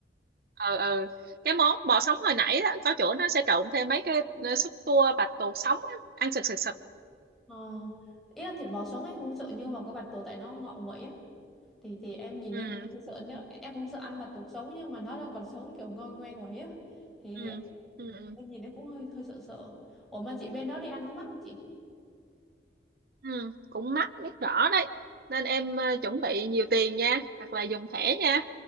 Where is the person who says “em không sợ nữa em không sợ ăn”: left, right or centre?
Centre